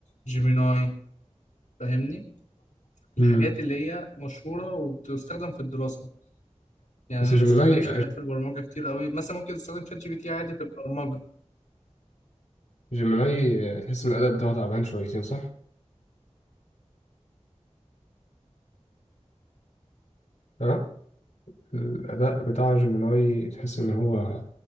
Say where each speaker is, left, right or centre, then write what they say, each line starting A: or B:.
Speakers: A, on the left; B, on the left.
A: جيميناي فاهمني الحاجات
B: امم
A: اللي هي مشهورة وبتستخدم في الدراسة يعني
B: بس
A: ما
B: جيميناي
A: بستخدمش حاجات في البرمجة كتير قوي مثلا ممكن تستخدم شات جي بي تي عادي في البرمجة
B: جيميناي تحس ان الاداء بتاعه تعبان شويتين صح؟ ها؟ الاداء بتاع جيميناي تحس ان هو